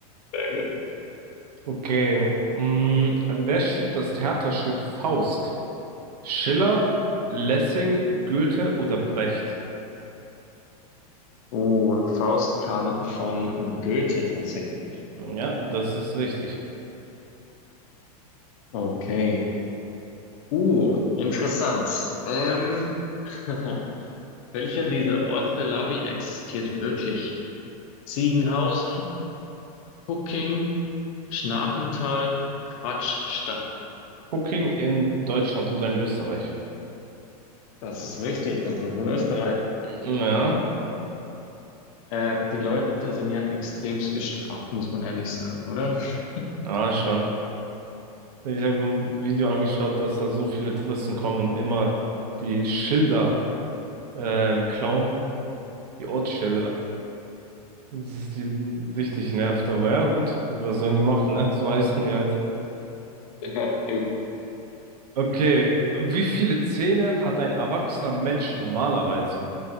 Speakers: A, on the left; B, on the right.
A: Sehr gut.
B: Okay. Mm, wer schrieb das Theaterstück Faust? Schiller, Lessing, Goethe oder Brecht?
A: Uh, Faust kam von Goethe tatsächlich.
B: Ja, das ist richtig.
A: Okay. Uh, interessant. Ähm, <laughs> Welcher dieser Orte Labi existiert wirklich? Ziegenhausen, Pucking, Schnarchental, Quatschstadt.
B: Booking in Deutschland oder in Österreich?
A: Das ist richtig, das ist in Österreich.
B: Ja,
A: Äh, die Leute sind ja extremst gestraft, muss man ehrlich sagen, oder? <laughs>
B: ah, schon. Ich habe ein Video angeschaut, dass da so viele Touristen kommen und immer die Schilder ähm, klauen, die Ortsschilder. Das ist die richtig nervt, aber ja, gut, was sollen die machen, ne? So heißen die halt.
A: Ja, eben.
B: Okay, wie viele Zähne hat ein erwachsener Mensch normalerweise?